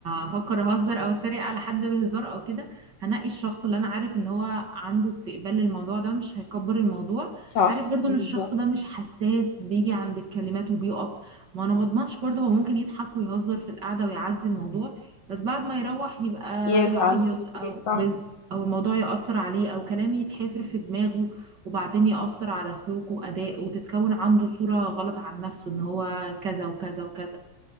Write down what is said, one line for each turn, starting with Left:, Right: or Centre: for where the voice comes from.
Right: هفكر اهزر او اتريق على حد بهزار او كده هنقي الشخص اللي انا عارف ان هو عنده استقبال للموضوع ده مش هيكبر الموضوع
Left: صح
Right: عارف برضو
Left: بالظبط
Right: ان الشخص ده مش حساس بيجي عند الكلمات وبيقف ما انا ما اضمنش برضو هو ممكن يضحك ويهزر في القعدة ويعدي الموضوع بس بعد ما يروح يبقى
Left: يزعل
Right: يعيط
Left: في البيت
Right: او
Left: صح
Right: بز او الموضوع يأثر عليه او كلامي يتحفر في دماغه وبعدين يأثر على سلوكه وأدائه وتتكون عنده صورة غلط عن نفسه إن هو كذا وكذا وكذا